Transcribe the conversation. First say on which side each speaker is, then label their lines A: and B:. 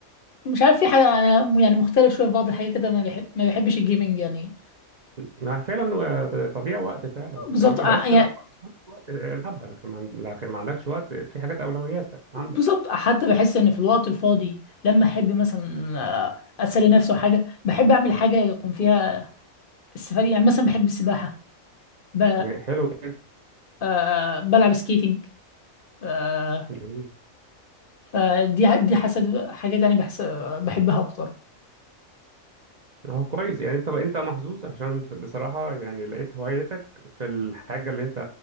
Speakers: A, on the left (about 50°); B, on the right (about 50°).
A: مش عارف في حاجة أنا يعني مختلف شوية في بعض الحاجات كده ما بحب ما بحبش الجيمنج يعني
B: ما فعلا هو ت- تضييع وقت فعلا
A: بالظبط
B: فاهمني
A: آه،
B: بس
A: يعني
B: لو عندك وقت آه، العبها لكن ما عن- لكن ما عندكش وقت في حاجات اولويات عندك
A: بالظبط آه، حتى بحس إن في الوقت الفاضي لما أحب مثلا آه، أسلي نفسي وحاجة بحب أعمل حاجة يكون فيها استفادة يعني مثلا بحب السباحة ب...
B: يعني حلو جدا
A: آه، بلعب سكيتنج آه،
B: جميل
A: فدي دي حسد حاجات يعني بحس آه، بحبها أكتر
B: هو كويس يعني انت انت محظوظ عشان بصراحة يعني لقيت هوايتك في الحاجة اللي انت